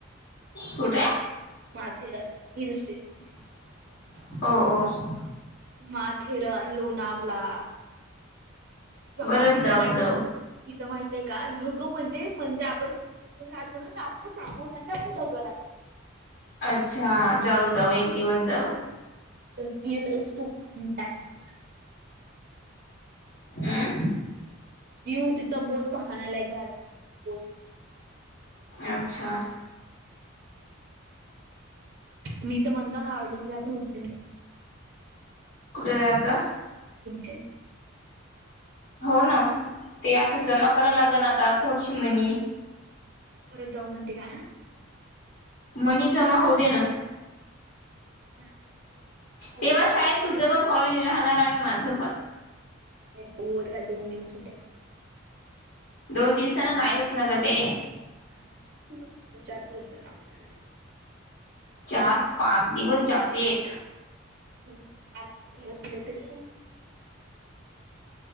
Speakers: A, on the left (about 45°); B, on the right (about 50°).
A: कुठे?
B: Matheran hill station!
A: हो!
B: माथेरन, लोणावला या
A: बरं
B: तिथं
A: जाऊ
B: माहित
A: जाऊ
B: आहे तिथं माहित आहे का घगं म्हणजे म्हणजे आपण राहतो ना आपल्या सांगून अशी मगर आली.
A: अच्छा जाऊ जाऊ एक दिवस जाऊ!
B: <unintelligible>
A: आ?
B: व्ह्यू तिचं बोत पाहण्या लायक राहते. भाई बोत
A: अच्छा!
B: मी तर म्हणता ना आपण उज्जैन जाऊ.
A: कुठे जायचं?
B: उज्जैन
A: हो ना ते आता जमा कराय लाग ना आता थोडीशी मनी.
B: परत जाऊ म्हणते काय?
A: मणी जमा होऊ दे ना!
B: नाय झालं तरी पाऊस
A: तेव्हा
B: नाही का
A: शाळेत तुझं पण कॉलेज राहणार आणि माझं पण.
B: नाहीत का दोन दिवस कुठे
A: दोन दिवसाना नाही होत न ग ते.
B: आपण चार दिवस चार दिवसच काम करू.
A: चार पाच दिवस जातेत.
B: चार पाच दिवस गेले तरी जाते